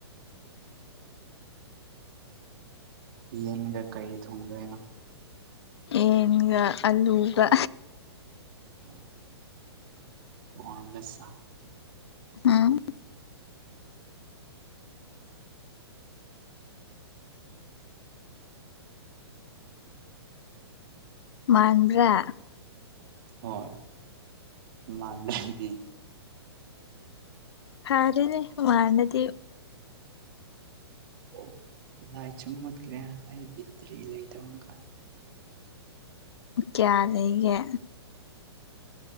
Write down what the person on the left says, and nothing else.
ꯌꯦꯟꯒ ꯑꯂꯨꯒ
ꯎꯝ ꯃꯥꯟꯕ꯭ꯔꯥ
ꯐꯔꯦꯅꯦ ꯃꯥꯅꯗꯤ
ꯀ꯭ꯌꯥ ꯂꯩꯒꯦ